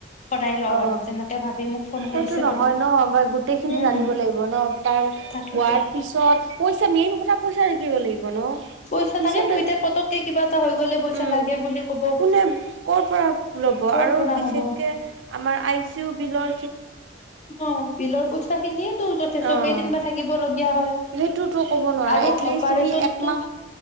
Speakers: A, on the left; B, on the right.
A: কৰাই লওঁ
B: অ
A: আৰু তেনেকে ভাবি মোক ফোন
B: সেইটো
A: কৰিছে
B: নহয়
A: বাৰু
B: ন বা গোটেইখিনি
A: উম
B: জানিব লাগিব ন তাৰ
A: তাকেতো
B: হোৱাৰ পিছত কৈ মেইন কথা পইচা থাকিব লাগিব ন
A: পইচা
B: পিছলৈক
A: তাকেতো এতিয়া পতককে কিবা এটা হৈ গ'লে পইচা
B: উম
A: লাগে বুলি ক'ব
B: কোনে কৰ পৰা লব
A: ক'ৰ
B: আৰু
A: পৰা
B: বিশেষকে
A: হ'ব
B: আমাৰ আই চি ইউ বিলত
A: অ বিলৰ পইচা খিনিয়ে ত যথেষ্ট
B: অ'
A: কেইদিন বা থাকিব লগগীয়া হয়
B: সেইটোতো ক'ব নোৱাৰা
A: আৰু
B: এটলিষ্ট
A: অপাৰেচনটো
B: তুমি একমাহ